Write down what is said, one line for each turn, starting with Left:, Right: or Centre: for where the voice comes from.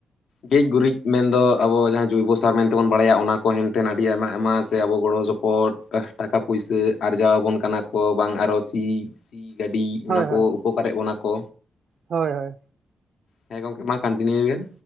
Left: ᱜᱮᱡ ᱜᱩᱨᱤᱡ ᱢᱮᱱᱫᱚ ᱟᱵᱚ ᱡᱟᱦᱟᱸ ᱡᱳᱭᱵᱚ ᱥᱟᱨ ᱢᱮᱱᱛᱮᱵᱚᱱ ᱵᱟᱲᱟᱭᱟ ᱚᱱᱟ ᱠᱚ ᱦᱮᱱᱛᱮᱱ ᱟᱹᱰᱤ ᱟᱭᱢᱟ ᱟᱭᱢᱟ ᱥᱮ ᱟᱵᱚ ᱜᱚᱲᱚ ᱥᱚᱯᱚᱦᱚᱫ ᱯᱚᱴ ᱴᱟᱠᱟ ᱯᱩᱭᱥᱟᱹ ᱟᱨᱡᱟᱣ ᱟᱵᱚᱱ ᱠᱟᱱᱟ ᱠᱚ ᱵᱟᱝ ᱟᱨᱚ ᱥᱤ ᱥᱤ ᱜᱟᱹᱰᱤ
Right: ᱦᱳᱭ
Left: ᱚᱱᱟ ᱠᱚ
Right: ᱦᱳᱭ
Left: ᱩᱯᱚᱠᱟᱨᱮᱫ ᱵᱚᱱᱟ ᱠᱚ
Right: ᱦᱳᱭ ᱦᱳᱭ
Left: ᱦᱮᱸ ᱦᱮᱸ ᱜᱚᱢᱠᱮ ᱢᱟ ᱠᱚᱱᱴᱤᱱᱤᱭᱩᱭ ᱵᱮᱱ